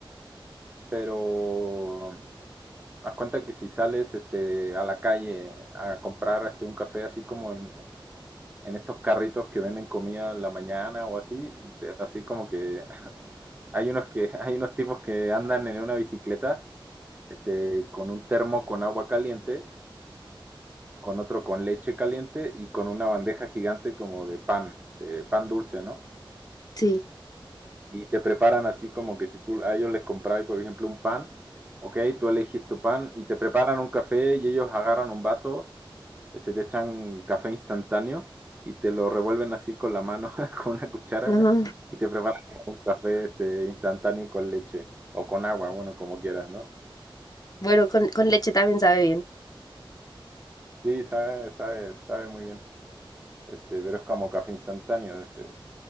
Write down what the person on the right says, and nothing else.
pero haz cuenta que si sales este, a la calle a comprar este, un café así como en, en estos carritos que venden comida en la mañana o así, te- así como que <laughs> hay unos que <laughs> hay unos tipos que andan en una bicicleta este, con un termo con agua caliente, con otro con leche caliente y con una bandeja gigante como de pan, de pan dulce, ¿no?
Y te preparan así como que si tú a ellos les comprabas, por ejemplo, un pan, ok, tú elegís tu pan y te preparan un café y ellos agarran un vaso este, te echan café instantáneo y te lo revuelven así con la mano, <laughs> con una cuchara,
y te preparan un café este, instantáneo con leche o con agua, bueno, como quieras, ¿no?
Sí, sabe, sabe, sabe muy bien, este, pero es como café instantáneo, este,